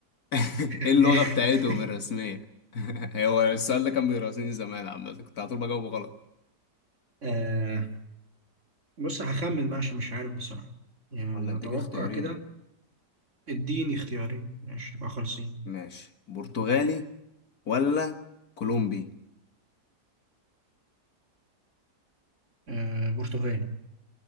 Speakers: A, on the left; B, on the right.
A: <laughs> ايه اللغة
B: <laughs>
A: بتاعتهم الرسمية <laughs> هو السؤال ده كان بيراسيني زمان عامة كنت على طول بجاوبه غلط
B: آه، بص هخمن بقى عشان مش عارف بصراحة يعني أنا
A: ولا اديك
B: أتوقع
A: اختيارين
B: كده اديني اختيارين ماشي تبقى خالصين
A: ماشي برتغالي ولا كولومبي
B: آه برتغالي